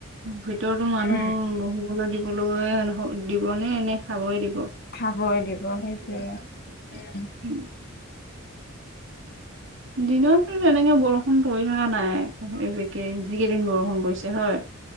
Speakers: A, on the right (about 65°); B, on the left (about 50°).
A: ভিতৰতো মানুহ
B: উম
A: বহিব দিবলৈ নহ দিব নে এনে খাবই দিব!
B: খাবই দিব সেইটোৱে
A: <inaudible>
B: উম
A: দিনততো তেনেকে বৰষুণ পৰি থকা নাই যিকেই যিকেইদিন বৰষুণ পৰিছে হয়।